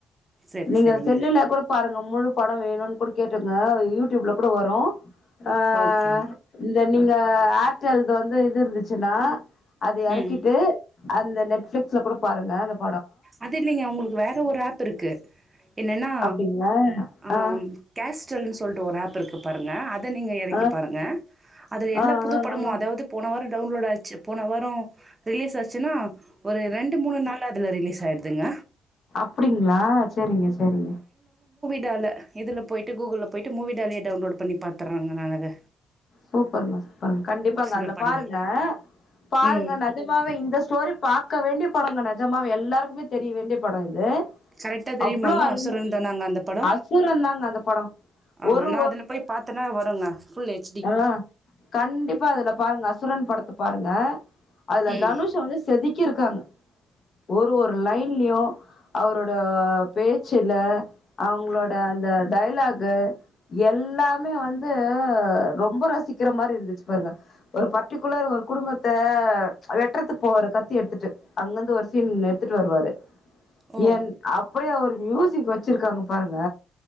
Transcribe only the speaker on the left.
நீங்க
செல்லுல கூட பாருங்க முழு பட வேணுன் கூட கேட்ருங்க யூட்யூப்ல கூட வரு அ
இந்தர் நீங்க ஆர்டல்து வந்து இது இர்ந்துச் சுனா அது எறக்கிட்டு
அந்த நெட்ஃப்ளிக்ஸ்ல கூட பாருங்க அந்தப்
அப்டிங்களா
ஆ
ஆ
ஆ
ஆ
ஆ
அப்டிங்ளா சேரிங்க சேரிங்க
சூப்பருங்க சூப்பருங்க கண்டிப்பாங்க
அதுல
பாருங்க பாருங்க
நெஜமாவே இந்த ஸ்டோரி பாக் க்க வேண்டிய படங்க நெஜமாவே எல்லாருக்குமே தெரிய வேண்டிய பட இது
அவ்ளோ அரும
அசுரந்தாங்க அந்த படோ
ஒரு
ஆஹ் கண்டிப்பா அதுல பாருங்க அசுரன் படத்த பாருங்க அதுல
தனுஷ வந்து செதுக் கிருக்காங்க ஒரு ஒரு லைன்லயு அவரோட பேச்சுல அவங்களோட அந்த டையலாகு எல்லாமே வந்து ரொம்ப ரசிக்கற மாரி இருந்துச்சு பாருங்க ஒரு பர்ட்டிகுலர் ஒரு குடும்பத்த வெட்றதுக்கு போவாரு கத்தி எடுத்துட்டு அங்கருந்து ஒரு சீன் எடுத்துட்டு வருவாரு
என் அப் அப்படியே ஒரு மியூசிக் வச்சிருக்காங்க பாருங்க